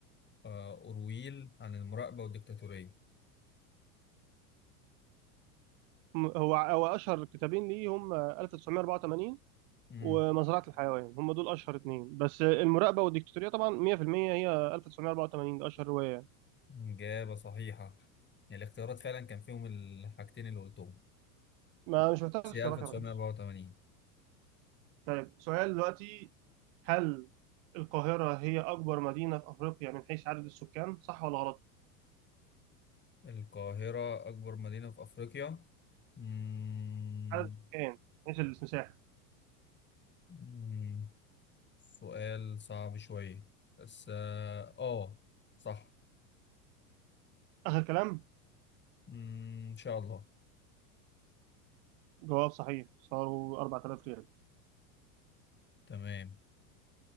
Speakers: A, on the left; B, on the right.
A: آه، أورويل عن المراقبة والديكتاتورية
B: م- هو هو اشهر كتابين ليه هم 1984
A: مم.
B: ومزرعة الحيوان هم دول اشهر اتنين بس المراقبة والديكتاتورية طبعا 100% هي 1984 ده اشهر رواية يعني
A: إجابة صحيحة يعني الاختيارات فعلا كان فيهم الحاجتين اللي قلتهم
B: ما مش محتاج
A: بس
B: اختيارات
A: هي 1984
B: يا ريس طيب سؤال دلوقتي هل القاهرة هي أكبر مدينة في أفريقيا من حيث عدد السكان صح ولا غلط؟
A: القاهرة أكبر مدينة في أفريقيا مم...
B: عدد السكان من حيث المساحة
A: مم... سؤال صعب شوية بس آه آه، صح
B: آخر كلام
A: مم... إن شاء الله
B: جواب صحيح صاروا 4000 ريال
A: تمام